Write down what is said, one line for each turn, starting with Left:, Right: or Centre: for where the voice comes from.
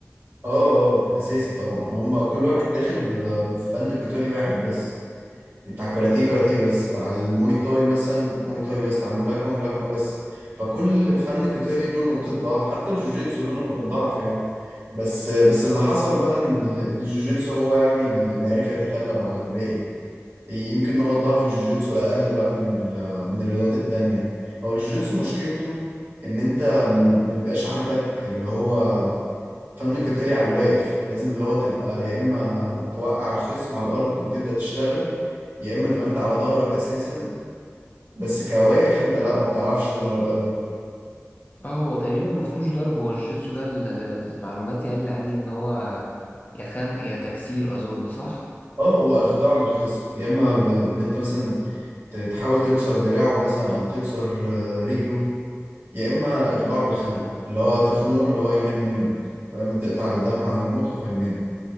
Right: اه اه اساسي طبعا هما كل واحد داخل ب- بفن قتالي واحد بس بتاع الكاراتيه كاراتيه بس بتاع الموي تاي مثلا موي تاي بس بتاع الملاكمة ملاكمة بس فكل فن قتالي له نقطة ضعف حتى الجوجيتسو له نقطة ضعف يعني بس بس اللي حصل بقى ان ال- إن الجوجيتسو هو يعني اللي عرف يتغلب على الباقي يمكن نقط ضعف الجوجيتسو اقل بقى من ال- من الرياضات التانية هو الجوجيتسو مشكلته ان انت ما يبقاش عندك اللي هو فن قتالي على الواقف لازم اللي هو تبقى يا اما توقع الخصم على الارض وتبدأ تشتغل يا اما تبقى انت على ظهرك اساسا بس كواقف انت لا ما بتعرفش تضرب قوي
Left: اه هو تقريبا ما فيهوش ضرب هو الجوجيتسو ده ال- المعلومات يعني اللي عندي ان هو يا خنق يا تكسير اظن صح
Right: اه هو اخضاع للخصم يا اما ب- بان انت مثلا ت- تحاول تكسر دراعه مثلا او تكسر آه، رجله يا اما اخضاع بالخنق اللي هو تخنقه اللي هو ينام منك فاهم تقطع الدم عن المخ فينام